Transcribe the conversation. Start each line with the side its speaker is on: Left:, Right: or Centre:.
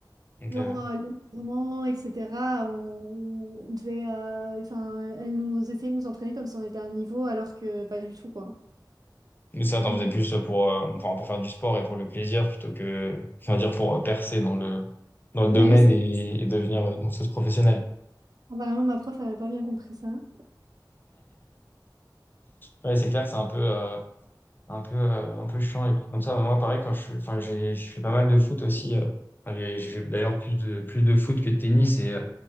Left: donc
Right: Genre,
Left: ouais.
Right: euh, les mouvements, etc. On, on devait, euh, enfin, elle nous essayait de nous entraîner comme si on était à un niveau, alors que pas du tout, quoi.
Left: Mais ça, t'en
Right: Mm.
Left: faisais plus pour, euh, pour, pour faire du sport et pour le plaisir plutôt que, enfin, dire, pour euh, percer dans le, dans le domaine
Right: Mais oui, c'est-
Left: et, et devenir euh, danseuse professionnelle.
Right: apparemment, ma prof avait pas bien compris ça.
Left: Ouais, c'est clair que c'est un peu. euh, un peu euh, un peu chiant et comme ça. Bah, Moi, pareil, quand je, enfin, j'ai, j'ai fait pas mal de foot aussi. euh. Enfin, j'ai j'ai fait d'ailleurs plus de plus de foot que de tennis. Et euh,